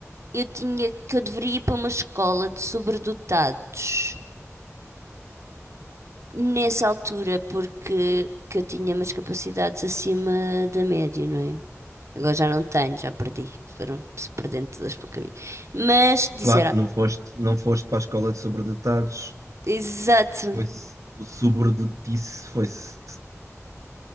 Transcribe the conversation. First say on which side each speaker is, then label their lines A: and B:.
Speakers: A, on the right (about 60°); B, on the right (about 90°).
A: eu tinha, que eu deveria ir para uma escola de sobredotados nessa altura, porque que eu tinha umas capacidades acima da média, não é? Agora já não tenho, já perdi, foram-se perdendo todas pelo caminho. Mas disseram,
B: Claro, não foste, não foste para a escola de sobredotados,
A: exato.
B: pois o sobredotice foi-se.